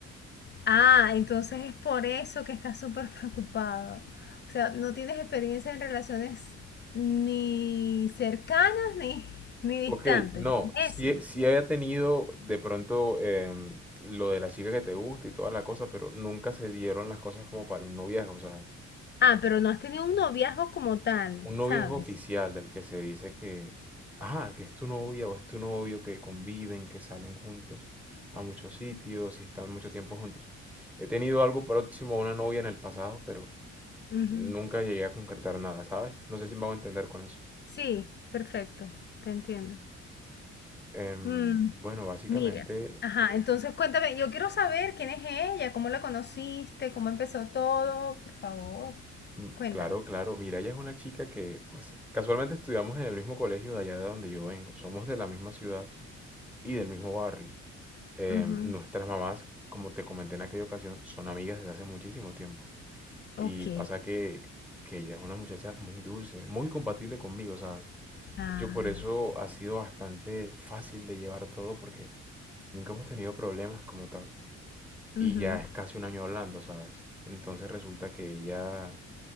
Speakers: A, on the left; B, in the centre.
A: Ah, entonces es por eso que estás súper <laughs> preocupado. O sea, no tienes experiencia en relaciones ni cercanas ni, ni distantes.
B: Ok, no, sí,
A: ¿Es Eso.
B: he- sí había tenido de pronto em, lo de la chica que te gusta y toda la cosa, pero nunca se dieron las cosas como para un noviazgo, ¿sabes?
A: Ah, pero no has tenido un noviazgo como tal,
B: Un noviazgo
A: ¿sabes?
B: oficial del que se dice que, ah, que es tu novia o es tu novio, que conviven, que salen juntos a muchos sitios y están mucho tiempo juntos. He tenido algo próximo a una novia en el pasado, pero
A: Ujú.
B: nunca llegué a concretar nada, ¿sabes? No sé si me hago entender con eso.
A: Sí, perfecto, te entiendo.
B: Em,
A: Mm,
B: bueno, básicamente,
A: mira, ajá, entonces cuéntame, yo quiero saber quién es ella, cómo la conociste, cómo empezó todo, por favor,
B: mm,
A: cuéntame.
B: claro, claro. Mira, ella es una chica que, pues, casualmente estudiamos en el mismo colegio de allá de donde yo vengo. Somos de la misma ciudad y del mismo barrio. Em,
A: Ujú.
B: nuestras mamás, como te comenté en aquella ocasión, son amigas desde hace muchísimo tiempo. Y
A: Ok.
B: pasa que, que ella es una muchacha muy dulce, muy compatible conmigo, ¿sabes?
A: Ah.
B: Yo por eso ha sido bastante fácil de llevar todo porque nunca hemos tenido problemas como tal.
A: ujú.
B: Y ya es casi un año hablando, ¿sabes? Entonces resulta que ella